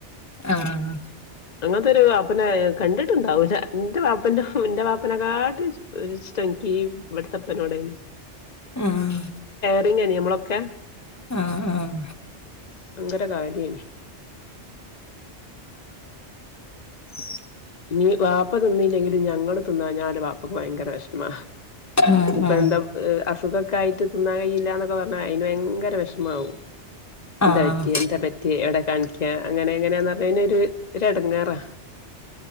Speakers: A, on the left; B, on the left.
A: ആഹ്
B: അങ്ങനത്തെരു വാപ്പനെ കണ്ടിട്ടുണ്ടാവൂല ഇന്റെ വാപ്പന്റെഹ് ഇന്റെ പാപ്പനെക്കാട്ടും ഒരിഷ്ടം ഇങ്കീ ഇവിടത്തപ്പനോടേനി
A: ആഹ്
B: <unintelligible> അമ്മളൊക്കെ
A: ആഹ് ആഹ്
B: ഭങ്കര കാര്യേനി
A: ഉ
B: നീ വാപ്പ തിന്നില്ലെങ്കിലും ഞങ്ങള് തിന്നാഞാല് വാ പ്പക്ക് ഭയങ്കര വെഷ്മ
A: ഉം
B: ഇപ്പൊ
A: ഉം
B: എന്ത തുകൊക്കായിട്ട് തിന്നാ കയില്ലാന്നക്കെ പറഞ്ഞാ അയ്ന് ഭയങ്കര വെഷമാവും
A: ആഹ്
B: എന്താ പറ്റി എന്താ പറ്റ റ്റി എവ്ടെ കാണിക്കാ അങ്ങനെങ്ങനാന്നറഞ്ഞയ്നൊരു ഒരെടങ്ങാറാ